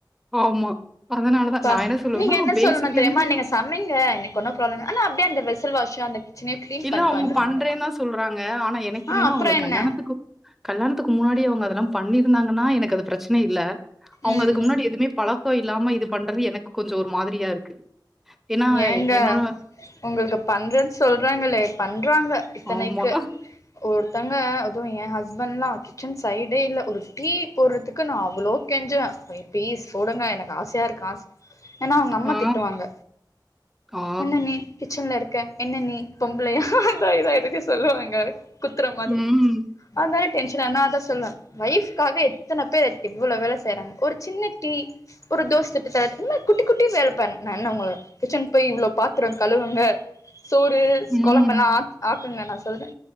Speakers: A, in the centre; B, on the left.
A: ஆமா. அதனால தான்
B: ப்பா
A: நான் என்ன சொல்லுவேன்னா,
B: நீங்க என்ன
A: பேசிக்ல
B: சொல்லணு தெரியுமா
A: இருந்து
B: நீங்க சமைங்க இன்னைக்கு ஒன்னு ப்ராப்ள அ அப்டிய அந்த வெஷல் வாஷ் அந்த கிச்சனையு கிளீன்
A: இல்ல
B: பண்ட்டு
A: அவுங்க
B: வந்துருங்க
A: பண்றே தா சொல்றாங்க ஆனா எனக்கு
B: ஆ
A: என்னன்னா
B: அப்றோ
A: அவுங்க
B: என்ன
A: கல்யாணத்துக்கு கல்யாணத்துக்கு முன்னாடி அவுங்க அதெல்லா பண்ணிருந்தாங்கன்னா எனக்கு அது பிரச்ன இல்ல அவுங்க
B: ம்
A: அதுக்கு முன்னாடி எதுவுமே பழ கோ இல்லாம இது பண்றது எனக்கு கொஞ்சோ ஒரு மாதிரியா இருக்கு ஏன்னா
B: ஏங்க
A: என்னோட
B: உங்களுக்கு பண்றன்னு சொல் றாங்களே பண்றாங்க இத்தனைக்கு
A: ஆமா.
B: ஒருத்தங்க ஏ ஹஸ்பண்ட்லா கிச்சன் சைடே இல்ல ஒரு டீ போட்றதுக்கு நா அவளோ கெஞ்சுவ <unintelligible> போடுங்க எனக்கு ஆசையா இருக்க ஆச ஏன்னா அவுங்க அம்மா
A: ஆ,
B: திட்டுவாங்க
A: ஆ.
B: என்ன நீ கிச்சன்ல இருக் க என்ன நீ பொம்பளையா அதா இதா எதுக்கு சொல்லுவாங்க குத்ர மாதிரி
A: ம்,
B: அதுனால டென்ஷன் ஆனா அதா சொல்வே வொஃப்க்காக எத்தன பேர் எவ்ளோ வேல செய்றாங்க ஒரு சின்ன டீ ஒரு தோஸ் சுட்டு தரது இந்த மாதிரி குட்டி குட்டி வேலபண்ணு நா என்ன ஒங்கள கிச்சன்க்கு போய் இவ்ளோ பாத்ரோ கழுவுங்க சோறு
A: ம்.
B: கொழம்பலா ஆக் ஆக்குங்க நா சொல்றே